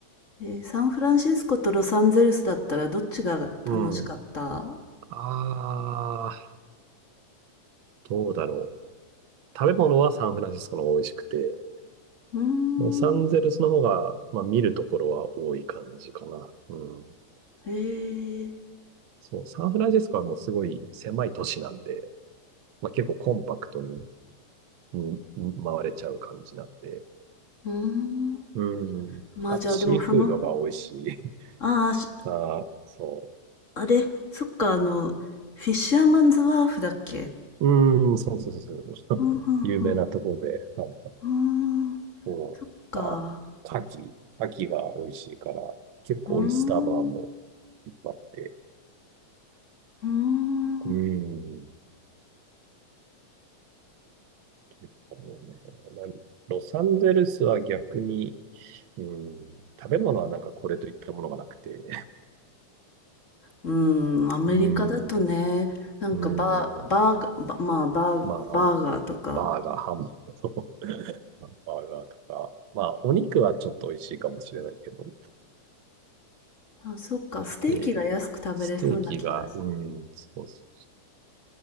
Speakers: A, on the left; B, on the right.
A: えーサンフランシスコとロサンゼルスだったらどっちが楽しかった
B: うん。ああ、どうだろう。食べ物はサンフランシスコの方が美味しくて、
A: うーん。
B: ロサンゼルスの方が、まあ、見るところは多い感じかな。うん。
A: ええ、
B: そう、サンフランシスコはもうすごい狭い都市なんで、まあ、結構コンパクトに、に、に回れちゃう感じなんで。
A: うーん。
B: うん。
A: まあじゃあでもその、
B: あと、シーフードが美味しい。<laughs>
A: ああ、し
B: さあ、そ
A: あれ、そっか、あの、フィッシャーマンズワーフだっけ
B: う。うん、そうそうそうそう。
A: うん、うん、
B: <laughs> 有名なところで、
A: うん。
B: はい。
A: うーん、
B: そう、
A: そっか。
B: あ、牡蠣。牡蠣が美味しいから、結構オイスターバーも
A: うーん、
B: いっぱいあって。
A: うーん。
B: うん。結構ね、まあ、ロサンゼルスは逆に、うん、食べ物はなんかこれといったものがなくて、
A: うん、アメリカだとね、
B: <laughs> うん、
A: なんかバー、
B: うん、
A: バーガー、バまあバー、
B: まあ、
A: バーガーとか、
B: バーガー、ハンバーガー、<laughs> バーガーとか、まあ、お肉はちょっと美味しいかもしれないけど、
A: あ、そっか、ステーキが安く食べれそうな気がする。
B: で、ステーキが、うん、そうそ